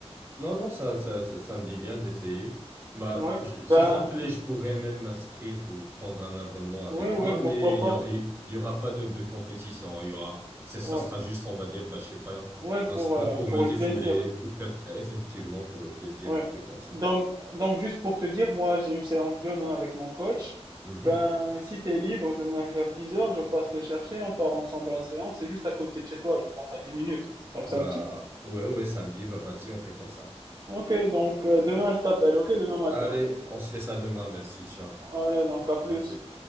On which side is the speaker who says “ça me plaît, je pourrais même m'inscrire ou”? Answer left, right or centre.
Right